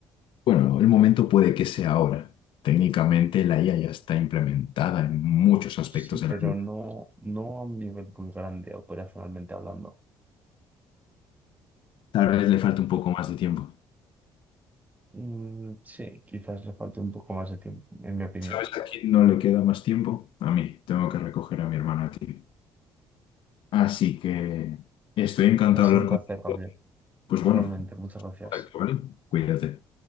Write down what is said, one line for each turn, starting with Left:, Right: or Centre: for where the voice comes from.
Left: Bueno, el momento puede que sea ahora. Técnicamente la IA ya está implementada en muchos aspectos
Right: Sí, pero
Left: de la vida.
Right: no, no a un nivel muy grande operacionalmente hablando.
Left: Tal vez le falta un poco más de tiempo.
Right: Mm, sí, quizás le falte un poco más de tiempo, en mi opinión.
Left: ¿Sabes a quién no le queda más tiempo? A mí. Tengo que recoger a mi hermana, tío. Así que estoy encantado
Right: Ha sido
Left: de hablar
Right: un placer,
Left: contigo.
Right: Gabriel.
Left: Pues
Right: Igualmente,
Left: bueno,
Right: muchas gracias.
Left: contacto, ¿vale? Cuídate.